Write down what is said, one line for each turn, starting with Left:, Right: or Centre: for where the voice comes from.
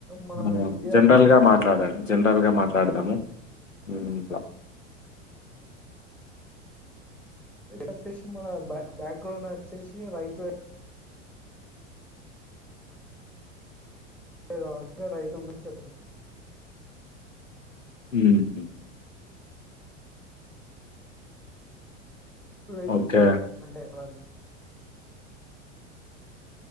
Centre: మన
Left: హు
Centre: ఇండియాకి
Left: జనరల్ గా మాట్లాడండి జనరల్ గా మాట్లా కడదామ హమ్ ఇట్లా
Centre: వచ్చేసి మన బ బ్యాక్ గ్రౌండ్ వచ్చేసి రైతు కాబట్టి రైతు గురించి చెప్పలే
Left: హామ్
Centre: రైతుకు
Left: ఓకే.
Centre: సామ్ అంటే బ